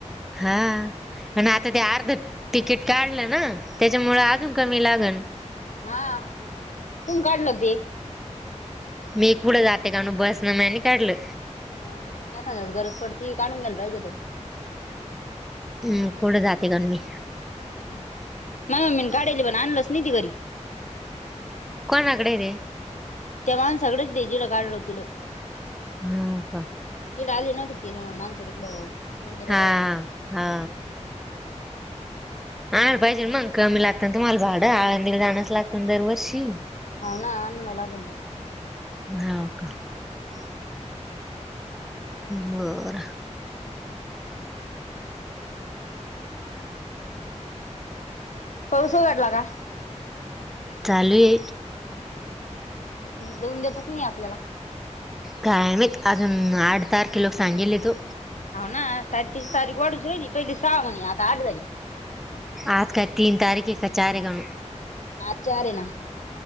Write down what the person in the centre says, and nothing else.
हा आणि आता ते अर्ध तिकीट काढलं ना त्याच्यामुळं अजून कमी लागन.
मी कुठं जाते काणू बसन, म्या नाही काढलं.
हम्म कुठं जाते काणू मी.
कोणाकडय ते.
हो का
हा हा. आणाय पाहिजेन मग कमी लागतं न तुम्हाला भाडं आळंदीला जाणच लागतं दरवर्षी.
होव का?
बर.
चालूये.
कायमाहीत अजून आठ तारखे लोक सांगेल तो.
आज काय तीन तारीखे का चार कानु.